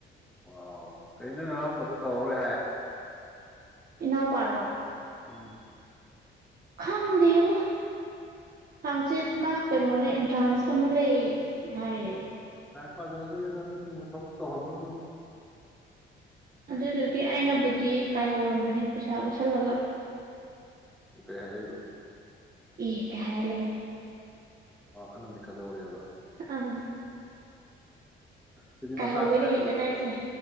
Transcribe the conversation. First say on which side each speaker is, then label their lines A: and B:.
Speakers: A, in the centre; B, on the right.
A: ꯑ ꯀꯔꯤꯅꯣ ꯅꯔꯥꯛꯄꯣꯠꯇꯣ ꯇꯧꯔꯔꯣꯏ ꯍꯥꯏ
B: ꯏꯅꯥꯎ ꯄꯥꯔꯣ
A: ꯎꯝ
B: ꯈꯪꯗꯦꯕꯣ ꯍꯥꯡꯆꯤꯠ ꯃꯥ ꯀꯩꯅꯣ ꯂꯩ ꯑꯦꯟꯇ꯭ꯔꯥꯟꯁ ꯑꯃ ꯂꯩ ꯍꯥꯏꯌꯦ
A: ꯄꯖꯔꯗ꯭ꯔ ꯑꯗꯨ ꯊ ꯇ ꯍꯣꯜꯕ ꯅꯣꯠꯇ
B: ꯑꯗꯨꯗꯨꯒꯤ ꯑꯩꯅꯕꯨꯗꯤ ꯀꯥꯏꯍꯧꯔꯝꯕꯅꯤ ꯄꯩꯁꯥ ꯎꯠꯁꯜꯂꯒ
A: ꯀꯩ ꯍꯥꯏꯔꯛꯏꯕ
B: ꯏ ꯀꯍ ꯂꯩ ꯍꯥꯏ
A: ꯑ ꯈꯜꯗꯤ ꯈꯜꯍꯧꯔꯦꯕ
B: ꯑꯥ
A: ꯁꯤꯗꯤ
B: ꯀꯥꯏꯍꯧꯕꯩꯗꯤ
A: ꯃꯆꯥꯅꯤ ꯍꯥꯏꯔꯝ
B: ꯍꯩꯗꯅ ꯑꯩꯁꯦ